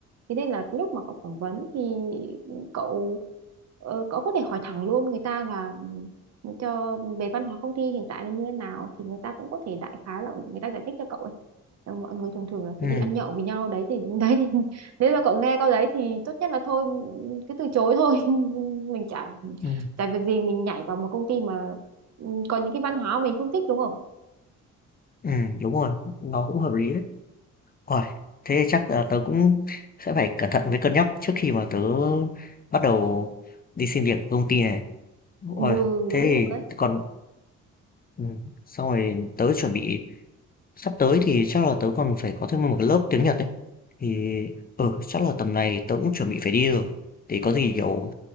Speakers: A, on the right; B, on the left.
A: thế nên là lúc mà cậu phỏng vấn thì cậu ờ, cậu có thể hỏi thẳng luôn người ta là ừ, cho về văn hóa công ty hiện tại là như thế nào thì người ta cũng có thể đại khái là ừ, người ta giải thích cho cậu ấy Ờ, mọi người thường thường là
B: ừ,
A: sẽ đi ăn nhậu với nhau đấy thì đấy thì <laughs> nếu mà cậu nghe câu đấy thì tốt nhất là thôi cứ từ chối thôi <laughs> mình chả
B: ừ,
A: tại việc gì mình nhảy vào một công ty mà ừ, có những cái văn hóa mình không thích đúng không
B: ừ, đúng rồi, nó cũng hợp lý đấy. Ôi, thế chắc là tớ cũng sẽ phải cẩn thận với cân nhắc trước khi mà tớ bắt đầu đi xin việc ở công ty này.
A: ừ
B: Ôi, thế
A: đúng rồi đấy
B: thì còn ừ, xong rồi tớ chuẩn bị sắp tới thì chắc là tớ còn phải có thêm một cái lớp tiếng Nhật đấy Thì, ừ, chắc là tầm này tớ cũng chuẩn bị phải đi rồi. Thì có gì, kiểu,